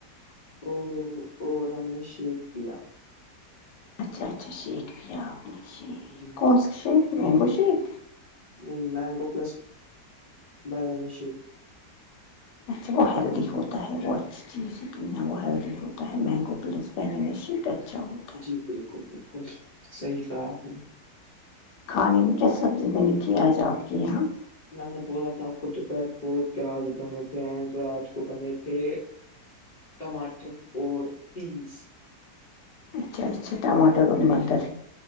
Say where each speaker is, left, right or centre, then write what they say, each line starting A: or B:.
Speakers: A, on the left; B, on the left.
A: اور- اور ہم نے شیک پیا
B: اچھا اچھا شیک بھی آپ نے شیک
A: جی
B: کون سا شیک مینگو شیک
A: نہیں مینگو پلس بانسی-
B: اچھا وہ ہیلدی ہوتا ہے وہ اچھا اس چیز سے پینا وہ ہیلدی ہوتا ہے مینگو پلس پہن نیک اچھا ہوتا ہے-
A: جی بالکل- بالکل صحیح کہا آپ نے-
B: کھانے میں کیا سبزی بنی تھی آج آپ کے یہاں-
A: میںم نے بولا تھا آپ کو دوپہر کو پیاز بنے تھے اینڈ رات کو بنے تھے ٹماٹر اور پینس-
B: اچھا- اچھا ٹماٹر وماٹر